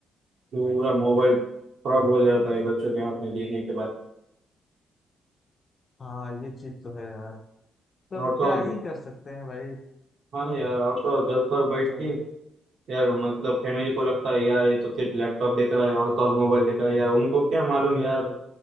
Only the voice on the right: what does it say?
पूरा मोबाइल खराब हो जाता है बच्चों के हाथ में देने के बाद
और तो
और-
हाँ ना यार और तो और घर पर बैठ
के यार मतलब फैमिली को लगता है यार ये तो सिर्फ लैपटॉप देख रहा है और तो और मोबाइल देख रहा है यार उनको क्या मालूम यार